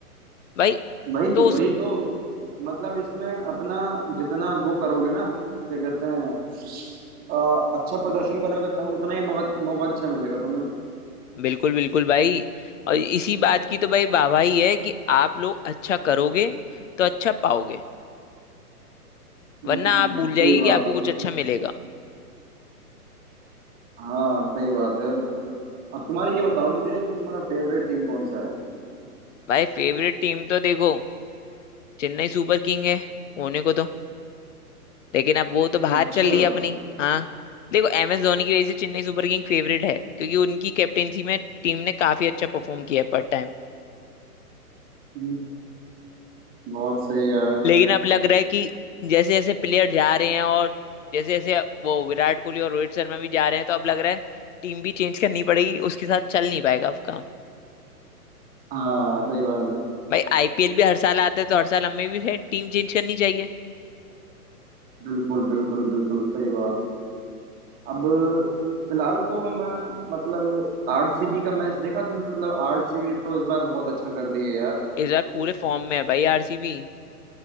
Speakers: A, on the left; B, on the right.
A: भाई
B: भाई
A: तो
B: वही
A: उस
B: तो मतलब इसमें अपना जितना वो करोगे ना क्या कहते हैं अ, अच्छा प्रदर्शन करोगे तब उतना ही मौका मौका अच्छा मिलेगा तुम्हें
A: बिल्कुल बिल्कुल भाई और इसी बात की तो भाई वाहवाही है कि आप लोग अच्छा करोगे तो अच्छा पाओगे
B: हम्म
A: वरना आप भूल
B: सही
A: जाइए कि
B: बात
A: आपको
B: है
A: कुछ अच्छा मिलेगा
B: हाँ सही बात है अब तुम्हारा ये बताओ मुझे कि तुम्हारा फेवरेट टीम कौन सा है
A: भाई फेवरेट टीम तो देखो चेन्नई सुपर किंग है होने को तो लेकिन अब वो तो बाहर
B: अच्छा
A: चल रही है अपनी हाँ देखो एम एस धोनी की वजह से चेन्नई सुपर किंग फेवरेट है क्योंकि उनकी कैप्टेंसी में टीम ने काफी अच्छा परफॉर्म किया है पर टाइम
B: हम्म, बहुत सही है
A: लेकिन अब लग रहा है कि जैसे जैसे प्लेयर जा रहे हैं और जैसे जैसे वो विराट कोहली और रोहित शर्मा भी जा रहे हैं तो अब लग रहा है टीम भी चेंज करनी पड़ेगी उसके साथ चल नहीं पाएगा अब काम
B: हाँ सही बात है
A: भाई आईपीएल भी हर साल आता है तो हर साल हमें भी है टीम चेंज करनी चाहिए
B: बिल्कुल बिल्कुल बिल्कुल सही बात अब फिलहाल तो मैं मतलब आरसीबी का मैच देखा तुम मतलब आरसीबी तो इस बार बहुत अच्छा कर रही है यार
A: इस बार पूरे फॉर्म में है भाई आरसीबी